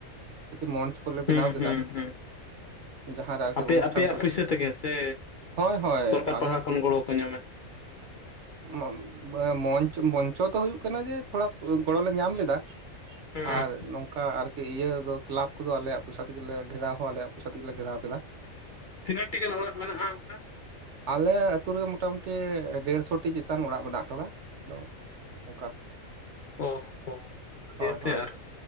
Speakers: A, on the right (about 65°); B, on the left (about 55°).
A: ᱢᱚᱧᱪ ᱠᱚᱞᱮ
B: ᱦᱩᱸ
A: ᱵᱮᱱᱟᱣ ᱠᱮᱫᱟ
B: ᱦᱩᱸ ᱦᱩᱸ
A: ᱡᱟᱦᱟᱸᱨᱮ ᱟᱨᱠᱤ
B: ᱟᱯᱮ
A: ᱚᱱᱩᱥᱴᱷᱟᱱ
B: ᱟᱯᱮᱭᱟᱜ
A: ᱠᱚ
B: ᱯᱩᱭᱥᱟᱹ ᱛᱮᱜᱮ ᱥᱮ
A: ᱦᱳᱭ ᱦᱳᱭ
B: ᱥᱚᱨᱠᱟᱨ ᱯᱟᱦᱴᱟ
A: ᱟᱞᱮᱭᱟᱜ
B: ᱠᱷᱚᱱ
A: <inaudible>
B: ᱜᱚᱲᱚ ᱠᱚ ᱧᱟᱢᱟ
A: <unintelligible> ᱢᱚᱧᱪᱚ ᱫᱚ ᱦᱩᱭᱩᱜ ᱠᱟᱱᱟ ᱡᱮ ᱛᱷᱚᱲᱟ ᱜᱚᱲᱚ ᱞᱮ ᱧᱟᱢ ᱞᱮᱫᱟ
B: ᱦᱩᱸ
A: ᱟᱨ ᱱᱚᱝᱠᱟ ᱟᱨ ᱤᱭᱟᱹ ᱫᱚ ᱠᱞᱟᱵᱽ ᱠᱚᱫᱚ ᱟᱞᱮᱭᱟᱜ ᱯᱚᱭᱥᱟ ᱛᱮᱜᱮᱞᱮ ᱜᱷᱮᱨᱟᱣ ᱦᱚᱸ ᱟᱞᱮᱭᱟᱜ ᱯᱚᱭᱥᱟ ᱛᱮᱜᱮᱞᱮ ᱜᱷᱮᱨᱟᱣ ᱠᱮᱫᱟ
B: ᱛᱤᱱᱟᱹᱜ ᱴᱤ ᱜᱟᱱ ᱚᱲᱟᱜ ᱢᱮᱱᱟᱜᱼᱟ ᱚᱱᱠᱟ
A: ᱟᱞᱮ ᱟᱛᱩᱨ ᱨᱮ ᱢᱚᱴᱟᱢᱩᱴᱤ ᱰᱮᱲᱥᱚᱴᱤ ᱪᱮᱛᱟᱱ ᱚᱲᱟᱜ ᱢᱮᱱᱟᱜ ᱟᱠᱟᱫᱟ ᱟᱫᱚ ᱚᱱᱠᱟ
B: ᱚ ᱦᱚᱸ ᱚᱱᱟ
A: ᱦᱳᱭ
B: ᱫᱤᱭᱮᱛᱮ
A: ᱦᱳᱭ
B: ᱟᱨ